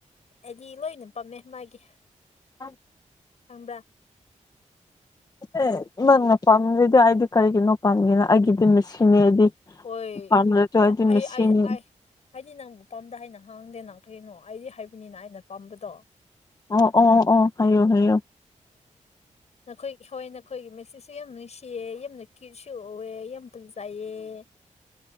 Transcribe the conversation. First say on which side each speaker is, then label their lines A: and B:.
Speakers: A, on the left; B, on the left.
A: ꯑꯩꯗꯤ ꯂꯣꯏ ꯑꯗꯨꯝ ꯄꯝꯃꯦ ꯃꯥꯒꯤ
B: ꯑ
A: ꯈꯪꯕ꯭ꯔ
B: ꯦ ꯅꯪꯅ ꯄꯥꯝꯗꯗꯤ ꯑꯩꯗꯤ ꯀꯔꯤꯒꯤꯅꯣ ꯄꯥꯝꯒꯅ ꯑꯩꯒꯤꯗꯤ ꯃꯦꯁꯤꯅꯦ ꯑꯩꯗꯤ
A: ꯍꯣꯏ
B: ꯄꯥꯝꯂꯁꯨ ꯑꯩꯗꯤ
A: ꯑꯩ
B: ꯃꯦꯁꯤꯅꯤ
A: ꯑ ꯑ ꯍꯥꯏꯗꯤ ꯅꯪꯕꯨ ꯄꯥꯝꯝꯕ꯭ꯔꯥ ꯍꯥꯏꯅ ꯍꯥꯡꯗꯦꯅ ꯀꯩꯅꯣ ꯑꯩꯗꯤ ꯍꯥꯏꯕꯅꯤꯅ ꯑꯩꯅ ꯄꯥꯝꯕꯗꯣ
B: ꯑꯣ ꯑꯣ ꯑꯣ ꯍꯥꯏꯌꯣ ꯍꯥꯏꯌꯣ
A: ꯅꯈꯣꯏꯒꯤ ꯍꯋꯥꯏ ꯅꯈꯣꯏꯒꯤ ꯃꯦꯆꯁꯨ ꯌꯥꯝ ꯅꯨꯡꯁꯤꯌꯦ ꯌꯥꯝꯅ ꯀ꯭ꯁꯨ ꯎꯑꯦ ꯌꯥꯝ ꯄꯟꯖꯥꯏꯑ